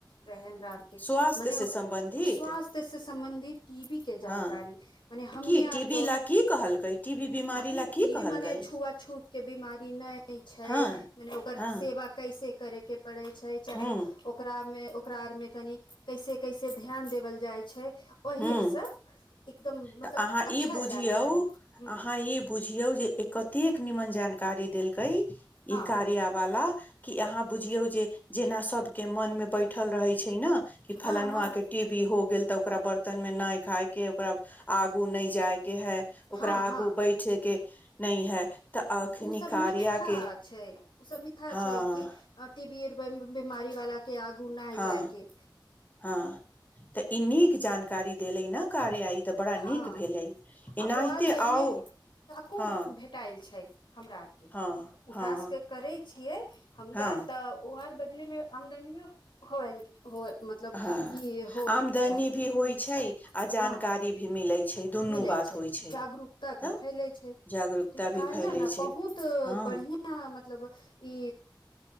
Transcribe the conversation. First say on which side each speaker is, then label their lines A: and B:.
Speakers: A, on the left; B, on the left.
A: रहे हमरा आर के
B: स्वास्थ्य
A: मने ओ
B: से सम्बन्धित
A: स्वास्थ्य से सम्बन्धित टी वी के जानकारी
B: हँ
A: मने हमनी
B: की
A: यार
B: टीबी
A: तो
B: ला की कहलकै टीबी बीमारी
A: अरे
B: ला की
A: टी‌वी
B: कहलकै
A: मने छुआ छूत के बीमारी नै छैय
B: हँ
A: मने ओकर
B: हँ
A: सेवा कैसे करैके परछै चाहे
B: हूँ
A: ओ ओकरा में ओकरा आर में तनी कैसे कैसे ध्यान देवल जाय छै ओहिसँ
B: हूँ
A: एकदम मतलब
B: तऽ अहाँ
A: अच्छा
B: ई बुझियौ
A: जानकारी हु
B: अहाँ ई बुझियौ जे कतेक निमन जानकारी देलकै ई
A: हँ
B: कार्य वाला कि अहाँ बुझियौ जे जेना सबके मन मे बैठल रहे छै न
A: हँ
B: फलनवा
A: हँ
B: के टी वी हो गेल त ओक तन मे नहि खायके ओकरा आगू नहि जाय के है ओकरा
A: हँ
B: आगू
A: हँ
B: बैठे के नै है तऽ अखनी
A: ओसभ
B: कार्या
A: मिठा
B: के
A: छै ओसभ मिठा
B: हँ
A: छै कि टी बी ए बीमारी वाला के आगू नै हजायके
B: हँ हँ त इ नीक जानकारी देलय न कार्य आइ तऽ बड़ा
A: हँ
B: नीक भेलै
A: आ
B: एनाहिते
A: ओ आर बदले
B: आउ
A: टाको
B: हँ
A: भेटायल छै हमरा आरके
B: हँ
A: उटाासके
B: हँ
A: करै छियै हमरार
B: हँ
A: तऽ ओ आर बदलमे आमदनीयो हो हो मतलब
B: हँ
A: ई हो
B: आमदनी
A: रहै
B: भी होइ
A: ह
B: छै आ जानकारी
A: हँ
B: भी मिलै छै दुनू
A: मिलै
B: बात
A: छै
B: होइ
A: जागरूकता भी
B: तऽ
A: फैलैत छै त
B: जागरूकता
A: ई
B: भी
A: कार्य
B: फैलै
A: ने
B: छै
A: बहुत
B: हँ
A: बढ़िआ या मतलब ई